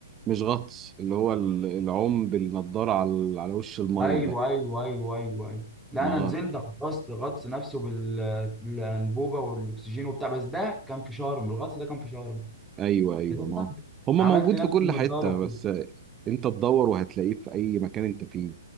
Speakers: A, on the right; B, in the centre.
A: مش غطس اللي هو ال- العوم بالنضاره على على وش الميه
B: ايوه
A: ده
B: ايوه ايوه ايوه ايوه لا
A: ما
B: انا
A: غ-
B: نزلت غطست غطس نفسه بالانبوبه والاكسجين وبتاع بس ده كان في شرم الغطس ده كان في شرم
A: ايوه ايوه
B: في دهب
A: ما هما
B: عملت
A: موجود
B: نفس
A: في كل
B: النضاره
A: حته بس
B: كده.
A: انت تدور وهتلاقيه في اي مكان انت فيه